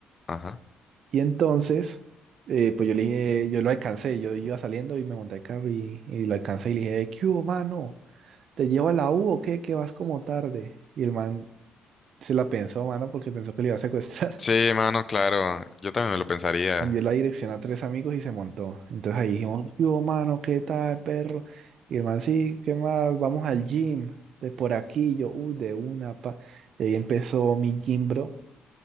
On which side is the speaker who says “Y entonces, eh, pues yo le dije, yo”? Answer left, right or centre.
Right